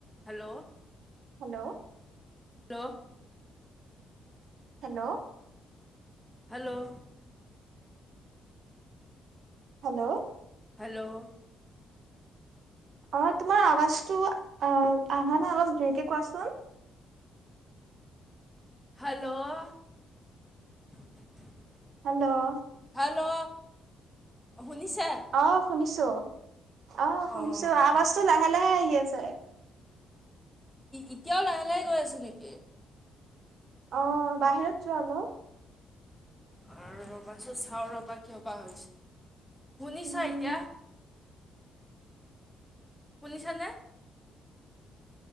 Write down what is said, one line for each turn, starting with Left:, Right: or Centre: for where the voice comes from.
Centre: Hello
Right: hello
Centre: ন
Right: hello
Centre: hello
Right: hello
Centre: hello
Right: অ, তোমাৰ আৱাজটো আহ আহা না অলপ জোৰকে কোৱাচোন।
Centre: হেল্ল'
Right: হেল্ল'
Centre: হেল্ল শুনিছা
Right: অ, শুনিছো। ট অ' শুনিছো,
Centre: অঁ
Right: আৱাজ তো লাহে লাহে আহি আ চাই
Centre: এতিয়াও লাহে-লাহে গৈ আছে নেকি?
Right: অ', বাহিৰত যোৱা অলপ।
Centre: আৰু ৰ'বাচোন চাওঁ ৰ'বা কিয় বা হৈছে। শুনিছা
Right: উম
Centre: এতিয়া? শুনিছানে?